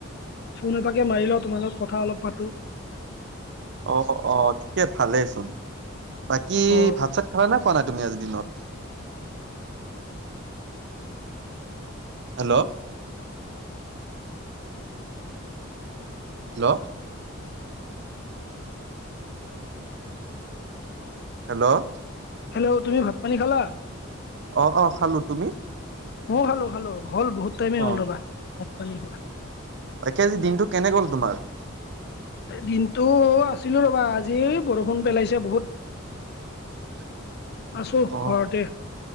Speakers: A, on the left; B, on the right.
A: ফোন এটাকে মাৰি লও তোমাৰ লগত কথা অলপ পাতো।
B: অ অ ঠিকে ভালেইচোন। বাকী
A: অ
B: ভাত চাত খাবা না? খোৱা নাই তুমি আজি দিনত। হেল্ল' হেল্ল' হেল্ল'
A: হেল্ল' তুমি ভাত পানী খালা?
B: অ অ খালো। তুমি?
A: ম খালো খালো হ'ল বহুত টাইমে
B: অ
A: হ'ল ৰবা ভাত পানী খোৱা।
B: বাকে আজি দিনটো কেনে গ'ল তোমাৰ?
A: দিনটো আছিলো ৰবা আজি বৰষুণ পেলাইছে বহুত।
B: <inaudible>
A: আছো
B: অ
A: ঘৰতে